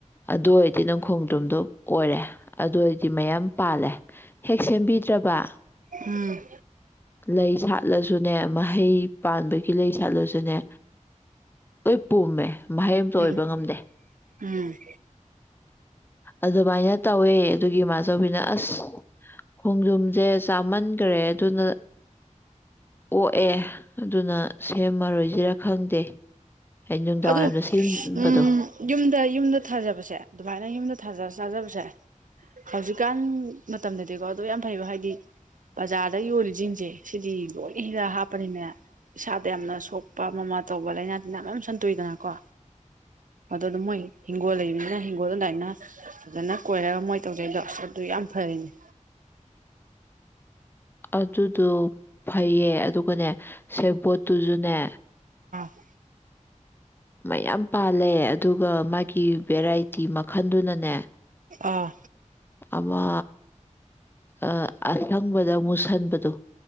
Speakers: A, on the left; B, on the right.
A: ꯑꯗꯨ ꯑꯣꯏꯔꯗꯤ ꯅꯪ ꯈꯣꯡ <unintelligible> ꯑꯣꯏꯔꯦ ꯑꯗꯨ ꯃꯌꯥꯝ ꯄꯥꯜꯂꯦ ꯍꯦꯛ ꯁꯦꯝꯕꯤ ꯠꯇ꯭ꯔꯕ
B: ꯎꯝ
A: ꯂꯩ ꯁꯥꯠꯂꯁꯨ <unintelligible> ꯑꯗꯨꯨꯅꯦ ꯃꯍꯩ ꯄꯥꯟꯕꯒꯤ ꯂꯩ ꯁꯥꯠꯂꯥꯁꯨꯅꯦ ꯂꯣꯏ ꯄꯨꯝꯃꯦ ꯃꯍꯩ ꯑꯝꯇ ꯑꯣꯏꯕ
B: ꯎꯝ
A: ꯉꯝꯗꯦ
B: ꯎꯝ
A: ꯑꯗꯨꯃꯥꯏꯅ ꯇꯧꯋꯦ ꯑꯗꯨꯒꯤ ꯏꯃꯥꯆꯧꯕꯤꯅ ꯑꯁ ꯈꯣꯡꯗꯔꯨꯝꯁꯦ ꯆꯥꯃꯟꯈ꯭ꯔꯦ ꯑꯗꯨꯅ ꯑꯣꯛꯑꯦ ꯑꯗꯨꯅ ꯁꯦꯝꯃꯔꯣꯏꯁꯤꯔꯥ ꯈꯪꯗꯦ ꯑꯩ ꯅꯨꯡꯗꯥꯡꯋꯥꯏꯔꯝꯗ
B: ꯑꯗꯨ
A: ꯁꯦꯝꯕꯗꯣ
B: ꯎꯝ ꯌꯨꯝꯗ ꯌꯨꯝꯗ ꯊꯥꯖꯕꯁꯦ ꯑꯗꯨꯃꯥꯏꯅ ꯌꯨꯝꯗ ꯊꯥꯖꯔꯒ ꯆꯥꯖꯥꯕꯁꯦ ꯍꯧꯖꯤꯛꯀꯥꯟ ꯃꯇꯝꯗꯗꯤꯀꯣ ꯑꯗꯨ ꯌꯥꯝ ꯐꯩꯑꯦꯕ ꯍꯥꯏꯗꯤ ꯕꯖꯥꯔꯗ ꯌꯣꯜꯂꯤꯁꯤꯡꯁꯦ ꯁꯤꯗꯤ ꯂꯣꯏꯅ ꯍꯤꯗꯤꯛ ꯍꯥꯞꯄꯅꯤꯅꯥ ꯏꯁꯥꯗ ꯌꯥꯝꯅ ꯁꯣꯛꯄ ꯑꯃꯃ ꯇꯧꯕ ꯂꯥꯏꯅꯥ ꯇꯤꯟꯅꯥ ꯃꯌꯥꯝ ꯁꯟꯇꯣꯏꯗꯅꯀꯣ ꯑꯗꯨꯅ ꯃꯣꯏ ꯍꯤꯡꯒꯣꯜ ꯂꯩꯕꯅꯤꯅ ꯍꯤꯡꯒꯣꯜꯗꯥ ꯑꯗꯨꯃꯥꯏꯅ ꯐꯖꯅ ꯀꯣꯏꯔꯒ ꯃꯣꯏ ꯇꯧꯖꯥꯔꯤꯗꯣ ꯑꯗꯨ ꯌꯥꯝ ꯐꯔꯅꯦ
A: ꯑꯗꯨꯗꯣ ꯐꯩꯌꯦ ꯑꯗꯨꯒꯅꯦ ꯁꯦꯕꯣꯠꯇꯨꯁꯨꯅꯦ
B: ꯑ <inaudible>
A: ꯃꯌꯥꯝ ꯄꯥꯜꯂꯦ ꯑꯗꯨꯒ ꯃꯥꯒꯤ ꯕꯦꯔꯥꯏꯇꯤ ꯃꯈꯜꯗꯨꯅꯅꯦ
B: ꯑꯥ
A: ꯑꯃꯥ ꯑ ꯑꯁꯪꯕꯗ ꯃꯨꯁꯟ ꯕꯗꯨ